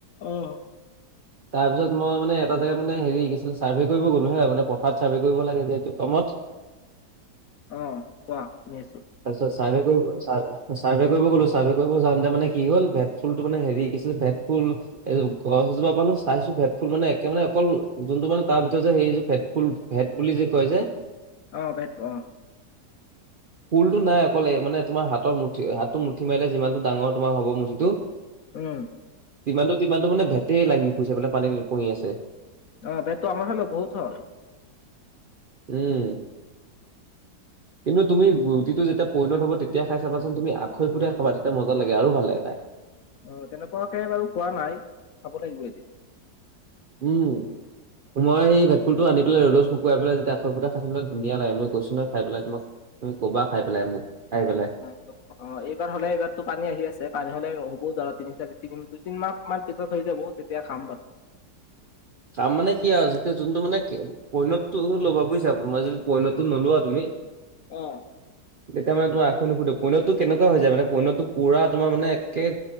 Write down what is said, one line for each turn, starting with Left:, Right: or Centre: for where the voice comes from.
Left: অহ
Right: তাৰপিছত মই মানে এটা জেগাত মানে হেৰি কি আছিলে চাৰ্ভে কৰিব গলো হা, মানে পথাৰত চাৰ্ভে কৰিব লাগে যে এইটো কমত
Left: অ কোৱা শুনি আছো।
Right: তাচত চাৰে ক, চাৰ <unintelligible> চাৰ্ভে কৰিব গ'লো। চাৰ্ভে কৰিব যাওঁতে মানে কি হ'ল ভেট ফুলটো মানে হেৰি কি আছিলে ভেট ফুল এইযোৰ গছ এজোপা পালো চাইছো ভেট ফুল মানে একে মানে অকল যোনটো মানে তাৰ ভিতৰত যে সেইযোৰ ভেট ফুল ভেট বুলি যে কয় যে
Left: অ বেক অ৷
Right: পুলটো নাই অকলে মানে তোমাৰ হাতৰ মুঠি হাতটো মুঠি মাৰিল যিমানটো ডাঙৰ তোমাৰ হ'ব মুঠিটো
Left: উম
Right: তিমানতটো - তিমানটো মানে ভেটেই লাগি ফুৰিছে মানে পানী উপঙি আছে।
Left: অ তাইটো আমাৰ হালে বহুত হয়।
Right: উম।
Left: <unintelligible>
Right: কিন্তু তুমি ৰুটিটো যেতিয়া পৰিণত হ'ব। তেতিয়া খাই চাবাচোন তুমি আখৈ ফুৰিয়াই খাবা তেতিয়া মজা লাগে আৰু ভাল লাগে খাই৷
Left: অ তেনেকুৱাকে বাৰু খোৱা নাই, খাব লাগিব এদিন।
Right: উম। মই এই ভেটফুলটো আনি পাই ৰ'দত শুকাইেলাই যেয়া আখৈ ফুটাই খাইছিলো ন, ধুনীয়া লাগে ম কৈছ নহই খাই তোক তুমি ক'বা খাই পেলাই মোক। খাই পেলাই
Left: অ অ এইবাৰ হ'লে এইবাৰতো পানী আহি আছে। পানী হলে হ'ব ধৰা তিনি চাৰি তি দুই তিনি মাহ মান। থৈ যাব তেতিয়া খাম বাৰু।
Right: কাম মানে কি আৰু যেতিয়া যোনটো মানে পৈণতটো ল'বা‌ বুইছা, মই যদি পৈণতটো নোলোৱা তুমি
Left: অ।
Right: তেতিয়া মানে তোমাৰ আখৈ নুফুতে পৈনতটো কেনেকুৱা যায় মানে পৈণটো পুৰা তোমাৰ মানে একে